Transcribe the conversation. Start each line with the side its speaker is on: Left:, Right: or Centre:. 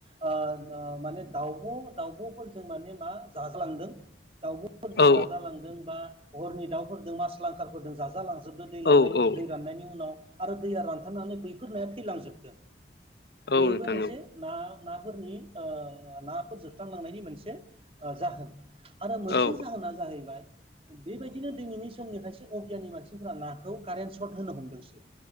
Right: ओ ओ माने दाउब' दाउब'फोर जों माने मा जाजालांदों दाउब'फोर जों
Left: औ
Right: जाजालांदों बा हरनि दाउफोरजों मास लांखारफोरदों जाजालांजोबदों दै
Left: औ
Right: लांनायनि
Left: औ
Right: दै राननायनि उनाव आरो दैया रानथाबनानै बैफोर नाया थैलांजोबदों
Left: औ
Right: बेबो
Left: नोंथां
Right: मोनसे
Left: औ
Right: ना नाफोरनि ओ नाफोर जोबस्रांलांनायनि मोनसे ओ जाहोन आरो मोनसे
Left: औ
Right: जाहोना जाहैबाय बेबायदिनो दिनैनि समनि खायसे अगियाननि मानसिफोरारा नाखौ कारेन्ट सर्ट होनो हमदोंसै